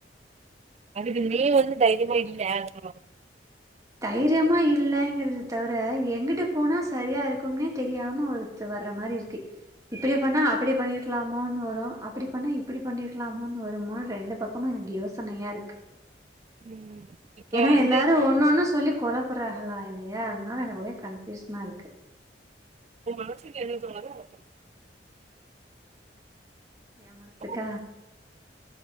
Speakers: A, on the right; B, on the right.
A: அதுக்கு நீ வந்து தைரியமா இல்ல அதுனால
B: தைரியமா இல்லைங்கறத தவிர எங்கிட்ட போனா சரியா இருக்கும்னே தெரியாம ஒருத்து வர்ர மாரி இருக்கு இப்படி பண்ணா அப்படி பண்ணிருக்கலாமோனு வரும் அப்படி பண்ணா இப்படி பண்ணிருக்கலாமோனு வருமோனு ரெண்டு பக்கமும் எனக்கு யோசனையா இருக்கு
A: ம் இப்ப
B: ஏன்னா
A: வந்து
B: எல்லாரும் ஒண்ணு ஒண்ணு சொல்லி கொலப்புறாகளா என்னைய அதனால எனக்கு ஒரே கன்பியூசனா இருக்கு
A: ‌உ மனசுக்கு என்ன தோணுதோ அத பண்ணு
B: எ மனசுக்கா
A: பண்ணு